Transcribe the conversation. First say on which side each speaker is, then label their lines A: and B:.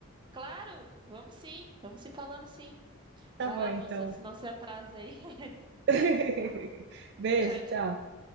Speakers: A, on the right; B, on the right.
A: Claro, vamos sim, vamos se falando sim.
B: Tá
A: Vai
B: bom,
A: lá,
B: então.
A: moça, senão você atrasa aí. <laughs>
B: <laughs> Beijo,
A: Tchau, tchau.
B: tchau.